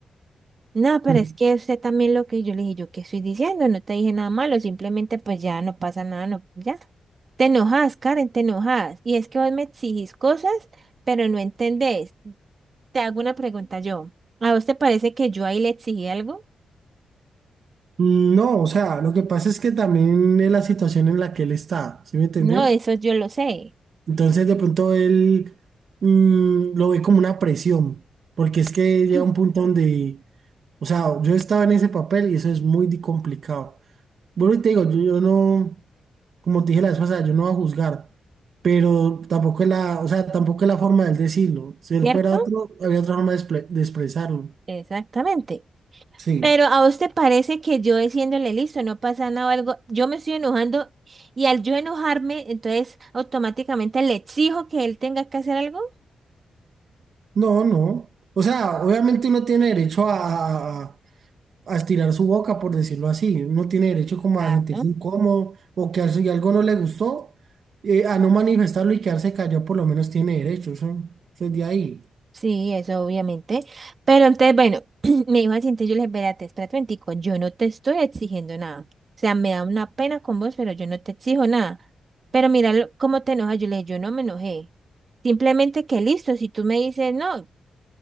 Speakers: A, on the right; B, on the right.
A: No, pero
B: Mm.
A: es que usted también lo que yo le dije, yo qué estoy diciendo, no te dije nada malo, simplemente pues ya no pasa nada, no, ya. Te enojas, Karen, te enojas. Y es que vos me exigís cosas, pero no entendés. Te hago una pregunta yo. ¿A vos te parece que yo ahí le exigí algo?
B: No, o sea, lo que pasa es que también es la situación en la que él está, ¿sí me entendés?
A: No, eso yo lo sé,
B: Entonces de pronto él mm, lo ve como una presión, porque es que llega
A: <clears throat>
B: un punto donde, o sea, yo estaba en ese papel y eso es muy di- complicado. Bueno, y te digo, yo, yo no, como te dije la vez pasada, yo no voy a juzgar, pero tampoco es la, o sea, tampoco es la forma de decirlo. Si él
A: ¿cierto?
B: fuera otro, había otra forma de, expre- de expresarlo.
A: Exactamente.
B: Sí.
A: Pero a vos te parece que yo diciéndole listo, no pasa nada o algo, yo me estoy enojando y al yo enojarme, entonces automáticamente le exijo que él tenga que hacer algo.
B: No, no. O sea, obviamente uno tiene derecho a, a estirar su boca, por decirlo así. Uno tiene derecho como
A: Claro.
B: a sentirse incómodo o que al- si algo no le gustó, eh, a no manifestarlo y quedarse callado, por lo menos tiene derecho. Eso, eso es de ahí.
A: Sí, eso obviamente. Pero entonces, bueno, <clears throat> me dijo así, entonces yo le dije, espérate, espérate, momentico, yo no te estoy exigiendo nada. O sea, me da una pena con vos, pero yo no te exijo nada. Pero mira lo- cómo te enojas. Yo le dije, yo no me enojé. Simplemente que listo, si tú me dices, no,